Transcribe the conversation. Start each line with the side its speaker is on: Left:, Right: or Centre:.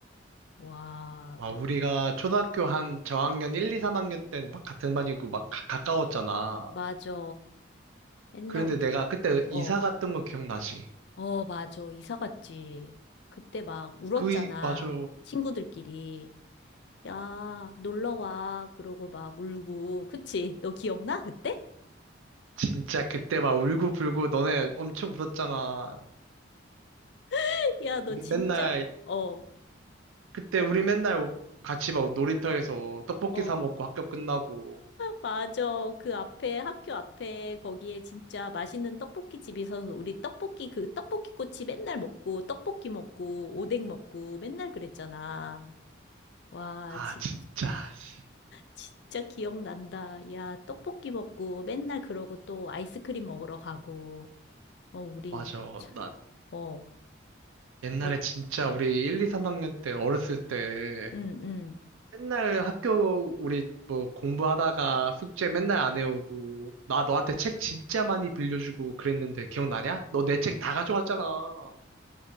Left: 와,
Right: 와,
Left: 너도,
Right: 우리가 초등학교 한 저학년 1, 2, 3학년 땐 막 같은 반이고 막 가, 가까웠잖아.
Left: 맞아. 옛날
Right: 그런데
Left: 우리,
Right: 내가 그때 이사
Left: 어,
Right: 갔던 거 기억나지?
Left: 어, 맞아. 이사 갔지. 그때 막 울었잖아.
Right: 그, 이- 맞아.
Left: 친구들끼리. 야, 놀러 와. 그러고 막 울고. 그치? 너 기억나? 그때?
Right: 진짜 그때 막 울고불고 너네 엄청 울었잖아.
Left: <laughs> 야, 너
Right: 우리
Left: 진짜,
Right: 맨날,
Left: 어,
Right: 그때
Left: 어,
Right: 우리 맨날 같이 막 놀이터에서 떡볶이
Left: 어.
Right: 사 먹고 학교 끝나고.
Left: 맞아. 그 앞에, 학교 앞에, 거기에 진짜 맛있는 떡볶이 집이 있어서 우리 떡볶이, 그 떡볶이 꼬치 맨날 먹고, 떡볶이 먹고, 오뎅 먹고, 맨날 그랬잖아. 와,
Right: 아,
Left: 진
Right: 진짜. 씨.
Left: 진짜 기억난다. 야, 떡볶이 먹고, 맨날 그러고 또 아이스크림 먹으러 가고, 어, 우리,
Right: 맞아.
Left: 참,
Right: 나
Left: 어,
Right: 옛날에
Left: 뭐,
Right: 진짜 우리 1, 2, 3학년 때 어렸을 때
Left: 응, 응.
Right: 맨날 학교 우리 뭐 공부하다가 숙제 맨날 안 해오고 나 너한테 책 진짜 많이 빌려주고 그랬는데 기억나냐? 너 내 책 다 가져갔잖아. 어,